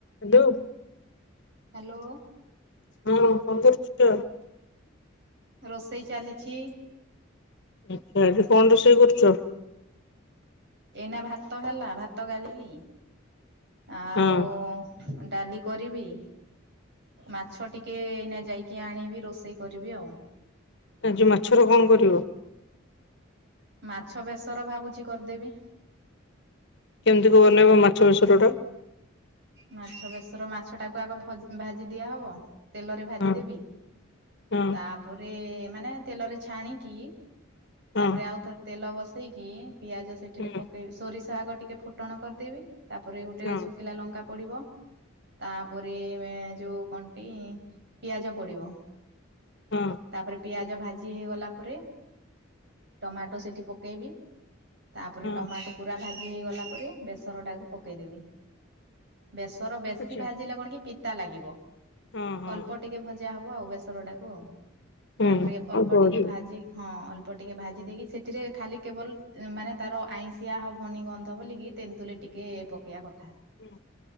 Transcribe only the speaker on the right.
Hello.
ରୋଷେଇ ଚାଲିଚି।
ଏଇନା ଭାତ ହେଲା ଭାତ ଗାଳିଲି, ଆଉ
ଡାଲି କରିବି, ମାଛ ଟି କିଏ ଏଇନା ଯାଇକି ଆଣିବି, ରୋଷେଇ କରିବି ଆଉ।
ମାଛ ବେସର ଭାବୁଛି କରିଦେବି।
ମାଛ ବେସର ମାଛଟାକୁ ଆଗ ଭାଜି ଦିଆହବ। ତେଲରେ ଭାଜିଦେବି,
ତାପରେ ମାନେ ତେଲରେ ଛାଣିକି
ତାପରେ ଆଉଥରେ ତେଲ ବସେଇକି ପିଆଜ ସେଠିରେ
ପ କେଇବି, ସୋରିଷ ଆଗ ଟିକେ ଫୁଟଣ କରିଦେବି ତାପରେ ଗୋଟେ
ଶୁକିଲା ଲଙ୍କା ପଡିବ। ତାପରେ ଯୋଉ କନ୍ଟି ପିଆଜ ପଡିବ।
ତାପରେ ପିଆଜ ଭାଜି ହେଇଗଲା ପରେ, ଟମାଟୋ ସେଠି ପକେଇବି। ତାପରେ
ଟମାଟୋ ପୁରା ଭାଜି ହେଇଗଲା ପରେ, ବେସର ଟାକୁ ପକେଇଦେବି। ବେସର ବେଶୀ
ଭାଜିଲେ କଣ କି ପିତା ଲାଗିବ,
ଅଳ୍ପ ଟିକେ ଭ ଜା ହବ ଆଉ ବେସର ଟାକୁ ଆଉ,
ତାପରେ ଅଳ୍ପ ଟିକେ
ଭାଜି ହଁ ଅଳ୍ପ ଟିକେ ଭାଜି ଦେଇକି ସେଠିରେ ଖାଲି କେବଲ୍ ମାନେ ତାର ଆଇଁସିିଆ ହବନି ଗନ୍ଧ ବୋଲିକି ତେନ୍ ତୁଲୀ ଟିକେ ପକେଇଆ କଥା।